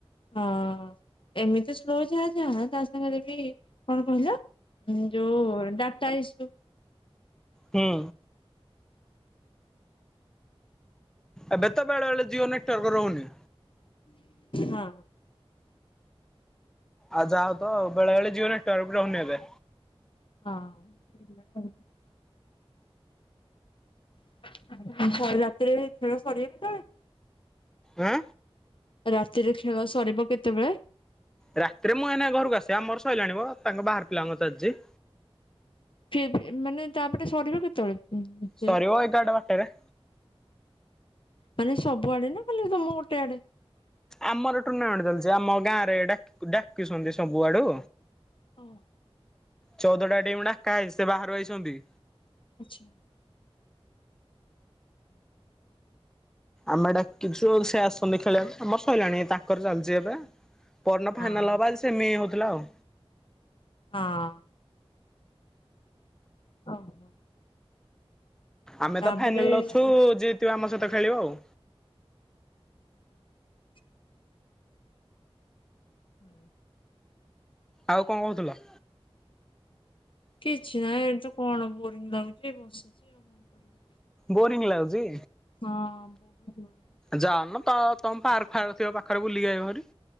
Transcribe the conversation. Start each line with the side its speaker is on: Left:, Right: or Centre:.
Left: ହଁ ଏମିତି ସ୍ଲୋ ଯାହା ଯାହା ତା ସାଙ୍ଗରେ ବି କଣ କହିଲ ଯୋଉ ଡାଟା ଇସୁ।
Centre: ହୁଁ। ଏବେ ତ ବେଳେବେଳେ ଜିଓ ନେଟୱର୍କ ରହୁନି।
Left: ହଁ।
Centre: ଆଉ ଯାଅ ତ ବେଳେବେଳେ ଜିଓ ନେଟୱର୍କ ବି ରହୁନି ଏବେ।
Left: ହଁ। ରାତିରେ ଖେଳ ସରିବ କେତେବେଳେ?
Centre: ଉଁ
Left: ରାତିରେ ଖେଳ ସରିବ କେତେବେଳେ?
Centre: ରାତିରେ ମୁଁ ଏଇନା ଘରକୁ ଆସିବା ଆମର ସରିଲାଣିି ମ ତାଙ୍କ ବାହାର ପିଲାଙ୍କର ଚାଲିଚି।
Left: ସିଏପିମାନେ ତାପରେ ସରିବ କେତେବେଳେ? ଯେ
Centre: ସରିବ ଏଗାରଟା, ବାରଟା ରେ।
Left: ମାନେ ସବୁଆଡେ ନା ଖାଲି ତମ ଗୋଟେ ଆଡେ?
Centre: ଆମର ଟୁରନାମେଣ୍ଟ ଚାଲିଛି ଆମ ଗାଁରେ ଏଟା ଡାକିଛନ୍ତି ସବୁ ଆଡୁ।
Left: ଓ
Centre: ଚଉଦଟା ଟିମ୍ ଡାକା ହେଇଛି ସେ ବାହାରୁ ଆଇଛନ୍ତି।
Left: ଆଚ୍ଛା। <unintelligible>
Centre: ଆମେ ଡାକିଛୁ ସେ ଆସନ୍ତି ଖେଳିବା ପାଇଁ ଆମର ସରିଲାଣି ତାଙ୍କର ଚାଲିଛି ଏବେ। ପହରଦିନ ଫାଇନାଲ
Left: ହଁ
Centre: ହବ ଆଜି ସେମି ହଉଥିଲା ଆଉ।
Left: ହଁ। ଓହୋ।
Centre: ଆମେ
Left: ତାପରେ
Centre: ତ ଫାଇନାଲରେ
Left: ହୁଁ।
Centre: ଅଛୁ ଯିଏ ଜିତିବ ଆମ ସହିତ ଖେଳିବ ଆଉ।
Left: <unintelligible> ହୁଁ।
Centre: ଆଉ କଣ କହୁଥିଲ?
Left: କିଛି ନାହିଁ ଏଠି ତ କଣ ବୋରିଂ ଲାଗୁଛି ଏ ବସିଛି ଆଉ କଣ କରିବି।
Centre: ବୋରିଂ ଲାଗୁଛି।
Left: ହଁ ବହୁତ ବୋରିଙ୍ଗ
Centre: ଯାଉନ ତମ ପାର୍କ ଫାର୍କ ଥିବ ପାଖରେ ବୁଲିକି ଆଇବ ଭାରି।